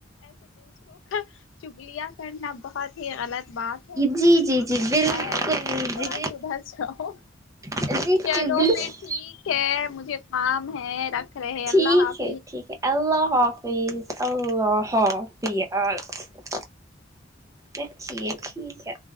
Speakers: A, on the left; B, on the right.
A: پر دوسروں کا چگلیاں کرنا بہت یے غلط بات ہے بہت
B: جی
A: گناہ
B: جی جی
A: ملتا
B: بالکل
A: ہے ایسے تھوڑا
B: جی
A: سدھر جاؤ
B: بالکل جی جی
A: چلو
B: بالکل
A: پھر ٹھیک ہے مجھے کام ہے رکھ رہے اللہ
B: ٹھیک
A: حاف
B: ٹھیک ہے اللہ حافظ اللہ حافظ رکھیے ٹھیک ہے